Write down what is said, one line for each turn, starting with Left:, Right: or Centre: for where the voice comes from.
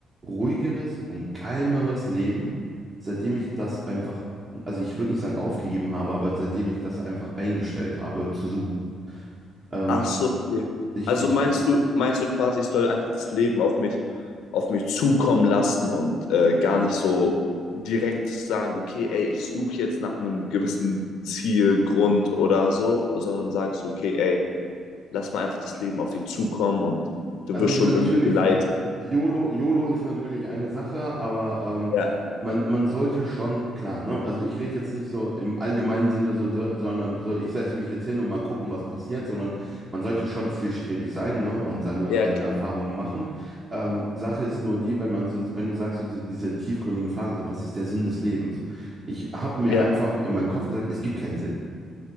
Right: ruhigeres und kalmeres Leben, seitdem ich das einfach, also ich würde nicht sagen aufgegeben habe, aber seitdem ich das einfach eingestellt habe zu suchen. Ähm,
Left: Ach so, okay.
Right: ich,
Left: Also
Right: ich
Left: meinst du, meinst du quasi, ich soll einfach das Leben auf mich, auf mich zukommen lassen und äh, gar nicht so direkt sagen, okay, ey, ich suche jetzt nach einem gewissen Ziel, Grund oder so, sondern sagst du, okay, ey, lass mal einfach das Leben auf dich zukommen und du
Right: Also
Left: wirst
Right: natürlich,
Left: schon irgendwie geleitet.
Right: YOLO, YOLO ist natürlich eine Sache, aber ähm,
Left: Ja,
Right: man, man sollte schon, klar, ne? Also ich rede jetzt nicht so im allgemeinen Sinne, so, so, sondern so, ich setze mich jetzt hin und mal gucken, was passiert, sondern man sollte schon zielstrebig sein, ne? Und seine,
Left: ja,
Right: seine
Left: klar.
Right: Erfahrungen machen. Ähm, Sache ist nur die, wenn man so, wenn du sagst, so diese, diese tiefgründigen Fragen, so, was ist der Sinn des Lebens? Ich habe mir
Left: Ja,
Right: einfach in meinen Kopf gesagt, es gibt keinen Sinn.